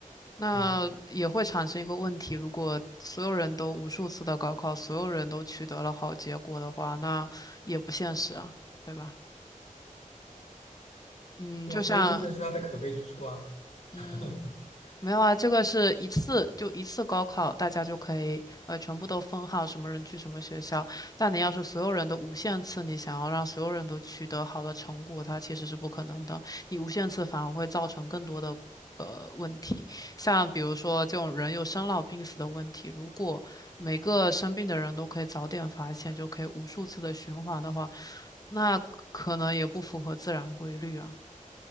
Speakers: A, on the left (about 25°); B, on the left (about 50°).
A: 那也会产生一个问题，
B: 对呀，
A: 如果所有人都无数次的高考，所有人都取得了好结果的话，那也不现实啊，对吧？嗯，
B: 对呀，
A: 就像
B: 所以这正是它的可悲之处啊。
A: 嗯，
B: <laughs>
A: 没有啊，这个是一次就一次高考，大家就可以呃全部都分好什么人去什么学校。但你要是所有人都无限次，你想要让所有人都取得好的成果，它其实是不可能的。你无限次反而会造成更多的呃问题，像比如说这种人有生老病死的问题，如果每个生病的人都可以早点发现，就可以无数次的循环的话，那可能也不符合自然规律啊。